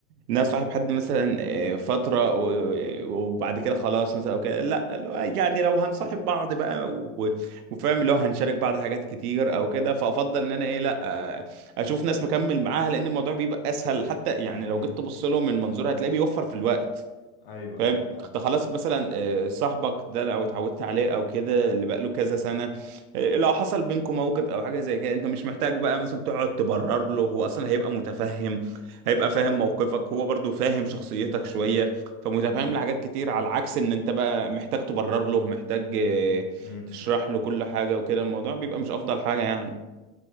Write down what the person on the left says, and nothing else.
م- م.
ايوه
ايوه فاهم
م- م-
م- م.